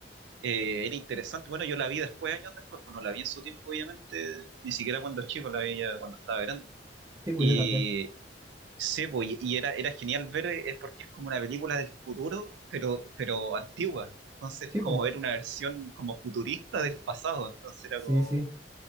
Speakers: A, on the right (about 70°); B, on the right (about 15°).
A: eh, era interesante. Bueno, yo la vi después, años después, pues no la vi en su tiempo, obviamente, ni siquiera cuando chico, la vi ya cuando estaba grande.
B: Sí, pues
A: Y
B: yo también.
A: sí, pues, y y era, era genial ver, eh, es porque es como una película del futuro, pero, pero antigua. Entonces,
B: Sí,
A: como
B: pues,
A: ver una versión como futurista del pasado, entonces era
B: sí,
A: como
B: sí.